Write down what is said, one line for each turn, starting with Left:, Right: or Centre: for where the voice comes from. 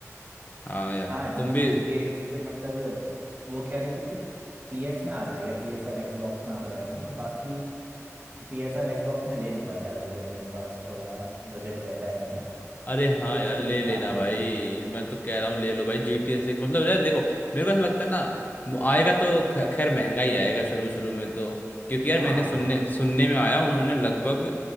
Left: हाँ यार
Right: हाँ यार
Left: तुम
Right: मतलब
Left: भी
Right: जी
Left: <laughs>
Right: टी ए सिक्स से मतलब वो कह रहे थे कि पी एस में आ जाएगा पी एस और Xbox में आ जाएगा ना बाकी पी एस और Xbox में ले लूंगा शायद अगर मेरे पास थोड़ा बजट रहता है मेरा
Left: अरे
Right: तो
Left: हाँ
Right: पी एस
Left: यार
Right: तो
Left: ले
Right: मैं निकाल
Left: लेना
Right: लूंगा
Left: भाई मैं तो कह रहा हूँ ले लो भाई जी टी ए सिक्स मतलब यार देखो मेरे को ऐसा लगता है ना वो आएगा तो ख- खैर महंगा ही आएगा शुरू शुरू में तो क्योंकि यार
Right: हाँ
Left: मैंने
Right: हाँ
Left: सुनने सुनने में आया उन्होंने लगभग